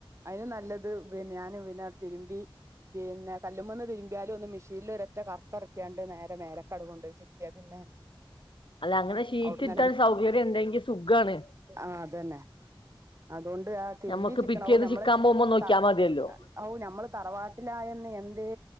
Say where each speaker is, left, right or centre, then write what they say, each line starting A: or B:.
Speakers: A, on the right (about 30°); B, on the left (about 65°).
A: അതിന് നല്ലത് ഞാന് പിന്നെ തിര്മ്പി പിന്നെ കല്ലുമന്ന് തിരുമ്പിയാലും ഒന്ന് മിഷീനിൽ ഒര ഒറ്റ കറ്ക്കറ്ക്കാണ്ട് നേരെ മേലക്കടവ കൊണ്ട് ചിക്കിയ പിന്നെ.
B: അല്ല അങ്ങനെ ഷീറ്റിട്ട
A: അവിടന്ന്
B: സൗകര്യം ഉണ്ടങ്കിൽ സുഖാണ്.
A: ആഹ് അത് തന്നെ അതുകൊണ്ട് ആ തിരുമ്പി
B: ഞമ്മക്ക്
A: ചിക്കണാവും
B: പിറ്റേന്ന്
A: നമ്മള്
B: ചിക്കാൻ പോകുമ്പോ നോക്കിയാ
A: തറ
B: മതിയല്ലോ
A: ഔ ഞമ്മള് തറവാട്ടിലായെന്ന് എന്തേ